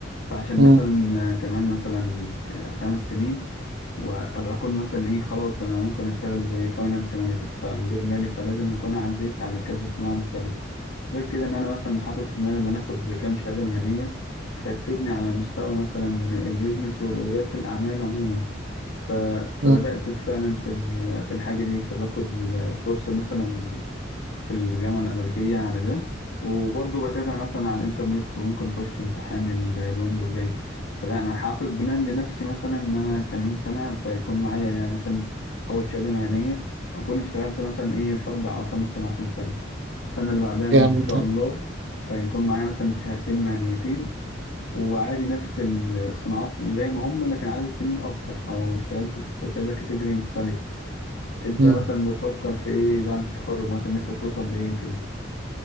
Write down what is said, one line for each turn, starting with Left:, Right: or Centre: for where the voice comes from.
Left: فعشان
Right: مم،
Left: مثلا آه، كمان مثلا ك- خمس سنين وابقى اكون مثلا ايه خلاص انا ممكن اشتغل زي فاينانس مانجر فمدير مالي فلازم اكون عديت على كذا صناعه مختلفه غير كده ان انا مثلا حاطط في دماغي ان انا اخد كام شهاده مهنيه فهتفيدني على مستوى مثلا البيزنس ورياده الاعمال عموما ف... فبدأت
Right: مم،
Left: فعلا في ال... في الحاجة دي فباخد كورس مثلا في الجامعة الأمريكية على ده وبرضه بتابع مثلا على الإنترنت وممكن أخش امتحان ال... الويندو الجاي فلا أنا حاطط بلان لنفسي مثلا إن أنا كمان سنة فيكون معايا مثلا أول شهادة مهنية وأكون اشتغلت مثلا إيه في أربع أو خمس صناعات مختلفة السنة اللي بعدها إن
Right: جامد
Left: شاء الله فيكون معايا مثلا شهادتين مهنيتين وعادي نفس الصناعات زي ما هم لكن عدد سنين اكتر او اشتغلت في كذا كاتيجوري مختلف انت
Right: ده.
Left: مثلا بتفكر في ايه بعد التخرج مثلا نفسك توصل لايه وكده